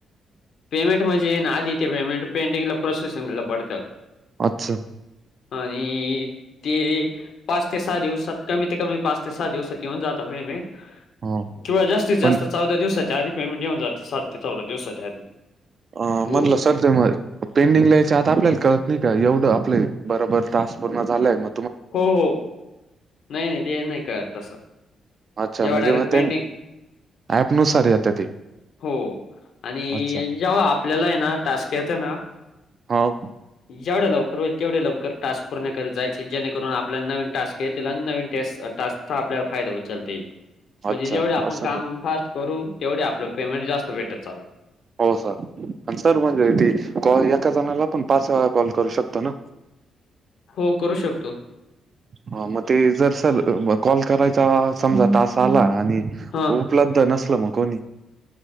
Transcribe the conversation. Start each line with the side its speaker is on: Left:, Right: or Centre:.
Left: पेमेंट म्हणजे ना आधी ते पेमेंट पेंडींगला प्रोसेसिंगला पडतं.
Right: अच्छा.
Left: आणि ते पाच ते सहा दिवसात कमी ते कमी पाच ते सहा दिवसात येऊन जात पेमेंट.
Right: हो
Left: किंवा जास्तीत
Right: पण
Left: जास्त चौदा दिवसाच्या आधी पेमेंट येऊन जातं सात ते चौदा दिवसाच्या आधी.
Right: अ
Left: हो,
Right: म्हणलं स च्यामुळे पेंडिंगला यायच्या आता आपल्याला कळत नाही का एवढं आपले बरोबर टास्क पूर्ण झालाय म
Left: हो हो नाही नाही ते नाही कळत तसं.
Right: अच्छा
Left: जेव्हा
Right: म्हणजे
Left: डायरेक्ट
Right: मग
Left: पेंडिंग
Right: ते ऍप नुसार येतं ते.
Left: हो आणि
Right: अच्छा
Left: जेव्हा आपल्याला हे ना टास्क येतं ना
Right: हाव.
Left: जेवढ्या लवकर होईल तेवढे लवकर टास्क पूर्ण करत जायचे जेणेकरून आपल्याला नवीन टास्क आहेत त्याला नवीन टस् टास्कचा आपल्याला फायदा उचलतील म्हणजे
Right: अच्छा
Left: जेवढे आपण
Right: असं
Left: काम
Right: का
Left: फास्ट करू तेवढे आपलं पेमेंट जास्त भेटत चालयं.
Right: हो सर, आणि सर म्हणजे ती कॉल एका जणाला पण पाच काॅल करू शकतो ना?
Left: हो करू शकतो.
Right: हा मग ते जर सर कॉल करायचा समजा तास आला आणि
Left: हा
Right: उपलब्ध नसलं मग कोणी?